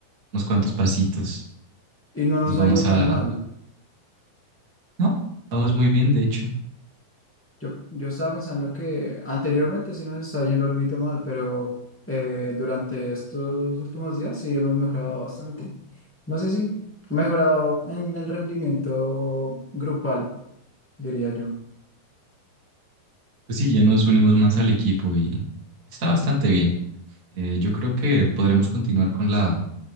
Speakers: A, on the right; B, in the centre.
A: unos cuantos pasitos.
B: Y no
A: Entonces
B: nos
A: vamos
B: ha ido
A: a...
B: tan mal.
A: No, vamos muy bien, de hecho.
B: Yo, yo estaba pensando que anteriormente sí nos estaba yendo algo mal, pero eh, durante estos últimos días sí hemos mejorado bastante. No sé si mejorado en el rendimiento grupal, diría yo.
A: Pues sí, ya nos unimos más al equipo y está bastante bien. Eh, yo creo que podremos continuar con la